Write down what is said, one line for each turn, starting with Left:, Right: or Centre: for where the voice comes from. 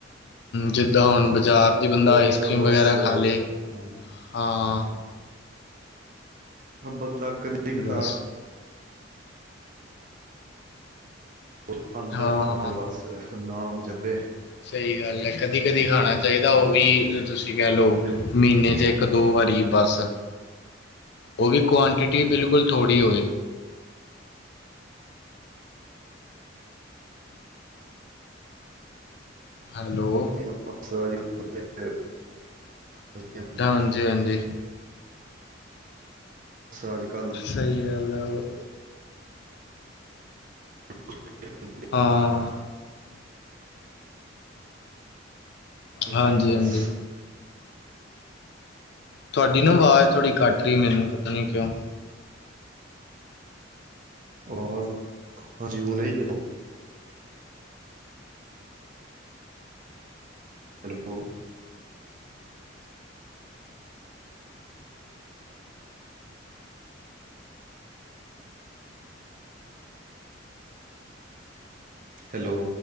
Left: ਜਿੱਦਾਂ ਹੁਣ ਬਜ਼ਾਰ ਦੀ ਬੰਦਾ
Right: ਉਹੀ
Left: ਆਈਸਕ੍ਰੀਮ
Right: ਨਾ ਬਸ
Left: ਵਗੈਰਾ ਖਾ
Right: ਹਮ,
Left: ਲਏ ਹਾਂ
Right: ਹ ਬੰਦਾ ਕਦੀ ਕਤਾਰ
Left: ਬਸ।
Right: ਕੁਛ ਖਾਂਦਾ
Left: ਹਾਂ
Right: ਉਹ
Left: ਹਾਂ
Right: ਤੇ ਬਸ ਨਾਮ ਜਪੇ
Left: ਸਹੀ ਗੱਲ ਹੈ ਕਦੀ -ਕਦੀ ਖਾਣਾ ਚਾਹੀਦਾ ਉਹ ਵੀ ਤੁਸੀਂ ਕਹਿ ਲਓ।
Right: ਬਿਲ
Left: ਮਹੀਨੇ 'ਚ ਇੱਕ ਦੋ ਵਾਰੀ ਬਸ ਉਹ ਵੀ ਕੁਆਂਟਿਟੀ ਬਿਲਕੁਲ ਥੋੜ੍ਹੀ ਹੋਵੇ। ਹੈਲੋ
Right: <unintelligible>
Left: ਹਾਂਜੀ-ਹਾਂਜੀ
Right: ਸ ਅੱਜ ਕੱਲ
Left: ਸਹੀ ਗੱਲ ਏ।
Right: <inaudible>
Left: ਹਾਂ
Right: ਉਹੀ
Left: ਹਾਂਜੀ
Right: ਬਸ
Left: -ਹਾਂਜੀ ਤੁਹਾਡੀ ਨਾ ਆਵਾਜ਼ ਥੋੜੀ ਕੱਟ ਰਹੀ ਮੈਨੂੰ ਪਤਾ ਨੀ ਕਿਉਂ
Right: ਔਰ ਹਰੀ ਓ ਨਹੀਂ ਹੀ ਦੇਖ ਹੈਲੋ ਹੈਲੋ